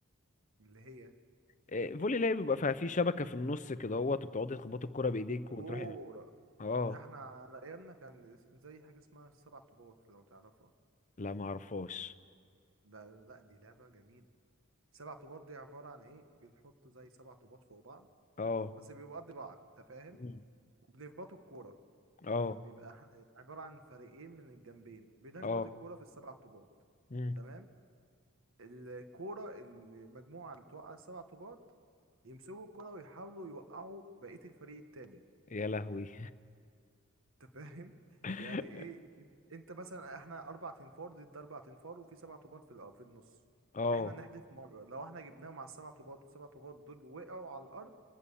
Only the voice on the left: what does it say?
آه، فولي لعب بيبقى فيها في شبكة في النص كده اهوت وبتقعدي تخبطي الكرة بايديك
وتروحي اه
لا ما اعرفهاش
اه
مم.
اه
اه
مم.
يا لهوي
<laughs>
اه